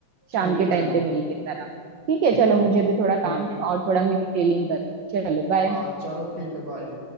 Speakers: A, on the right; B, on the right.
A: शाम
B: ठीक
A: के
B: है
A: टाइम
B: चलो
A: पे मिलके सारा ठीक है चलो
B: हाँ
A: मुझे भी थोड़ा
B: ठीक
A: काम है और थोड़ा मैं डिटेलिंग करूँ चलो बाय
B: हाँ चलो ठीक है बाय